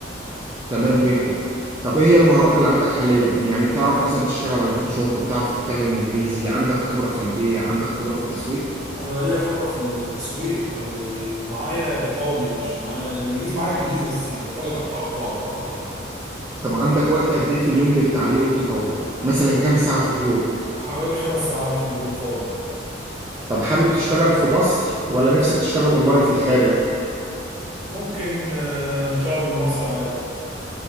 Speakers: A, on the right; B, on the right.
A: تمام جدا طب ايه هي المهارات اللي عندك حاليا يعني بتعرف مثلا تشتغل على فوتوشوب بتعرف تتكلم انجليزي عندك خبرة في البيع عندك خبرة في التسويق
B: انا ليا خبره في التسويق و- ومعايا ايطالي مش معايا الانجليزي معايا انجليزي بس الايطالي اقوى اكتر يعني
A: طب عندك وقت قد ايه في اليوم للتعليم والتطور مثلا كام ساعة في اليوم
B: حوالي خمس ساعات في اليوم فاضي
A: طب حابب تشتغل في مصر ولا نفسك تشتغل اونلاين في الخارج
B: ممكن آه، اشتغل من مصر عادي